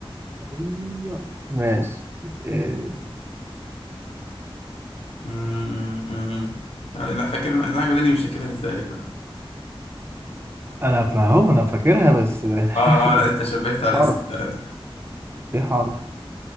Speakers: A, on the right; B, on the left.
A: <laughs> ماشي إيه،
B: م- م- م. انا فاكر إن النعجة دول مش فاكرها ازاي كده
A: انا فاهم انا فاكرها بس <laughs>
B: اه اه لا انت شبهت
A: في
B: على
A: حرف
B: الاسم فعلا
A: في حرف